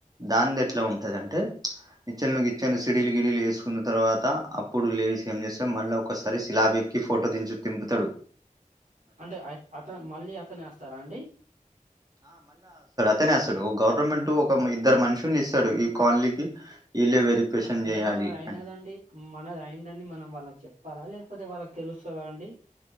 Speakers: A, on the right (about 25°); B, on the right (about 70°).
A: దాంది ఎట్లా ఉంటదంటే ప్చ్ నిచ్చెన్లు గిచ్చెన్లు సిడిలు గిడిలు యేసు కున్న తర్వాత అప్పుడు లేడీస్ ఏం జేస్సం మళ్ళ ఒక్కసారి స్లాబ్ ఎక్కి ఫోటో దించు దింపుతడు
B: అంటే అ అతన్ మళ్ళీ అతనే వస్తారా అండి
A: తనేస్తడు ఓ గవర్నమెంట్ ఒక ఇద్దరు మనుషుల్ని ఇస్సడు ఈ కాలనీకి ఇళ్లే వెరిఫికేషన్
B: అ అంటే
A: జేయాలి
B: మనది అయినదండి
A: అని.
B: మనది అయిందని మనం వాళ్ళక్ చెప్పాలా లేక్ పోతే వాళ్ళకి తెలుస్తదా అండి